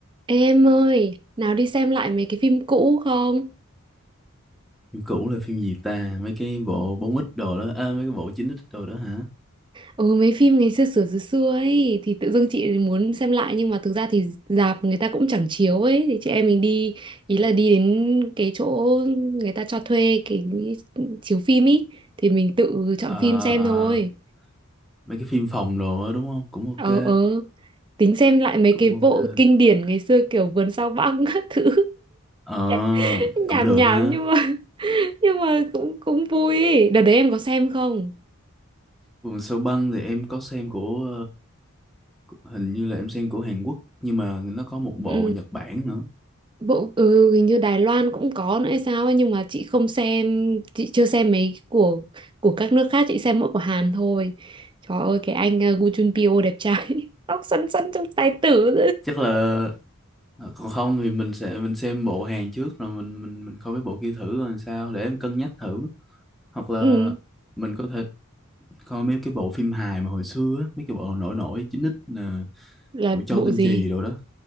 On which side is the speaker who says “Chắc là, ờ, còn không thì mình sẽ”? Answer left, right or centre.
Centre